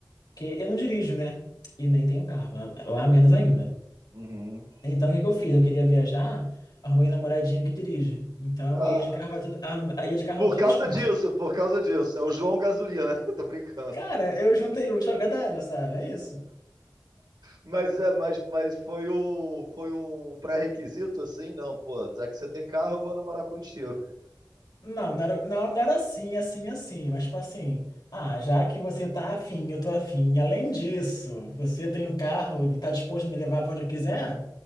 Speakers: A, on the left; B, on the right.
A: porque eu não dirijo, né? E nem tenho carro, né? lá menos ainda.
B: Uhum.
A: Então, o que que eu fiz? Eu queria viajar, arrumei um namoradinho que dirige. Então,
B: Ah,
A: eu ia de carro pra tudo, ah, eu ia de carro
B: Por
A: pra todos
B: causa
A: os cantos.
B: disso, por causa disso. É o João Gasolina, <laughs> né? Tô brincando.
A: Cara, eu juntei o útil ao agradável, sabe? É isso.
B: Mas é, mas, mas foi o foi um pré-requisito assim, não, pô, já que você tem carro, eu vou namorar contigo.
A: Não, não era, não, não era assim, assim, assim, mas tipo assim, ah, já que você tá afim, eu tô afim, além disso, você tem um carro e tá disposto a me levar pra onde eu quiser,